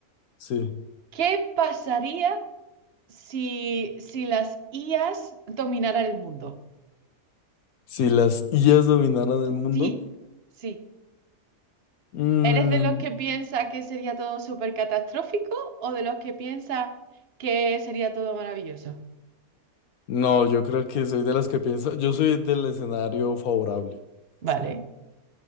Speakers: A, on the left; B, on the right.
A: Sí.
B: ¿Qué pasaría si, si las IAs dominaran el mundo?
A: Si las IAs dominaran el mundo.
B: Sí, sí.
A: Mm,
B: ¿Eres de los que piensa que sería todo súper catastrófico o de los que piensa que sería todo maravilloso?
A: no, yo creo que soy de los que piensa, yo soy del escenario favorable,
B: Vale,
A: sí,